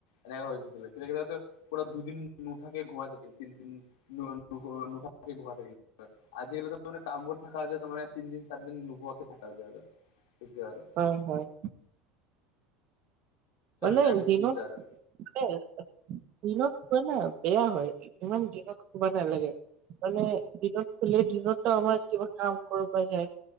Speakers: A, on the left; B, on the right.
A: এনেকা হৈছিলে কেতিয়া কেতিয়া হয়তো পৰা দুদিন নুঠাকে ঘুমাই থাকিল তিনদিন ন ৰ'দ নুউঠা বাকি ঘুমাই থাকি।, অ আজিৰলৈকে মানে কামবোৰ থাকা হৈছে যে মানে তিনিদিন চাৰিদিন নুশুৱাকে থাকা যায় আৰু তেতিয়া আৰু
B: হয় হয় উমহু ভালেই
A: টাইমটো
B: দিনত
A: যায় আৰু।
B: হোটেল আছে দিনত শুৱা না বেয়া হয় ইমান দিনত শুবা নেলাগে। মানে দিনত খোলে দিনতো আমাৰ কিবা কাম কৰোতে যায়।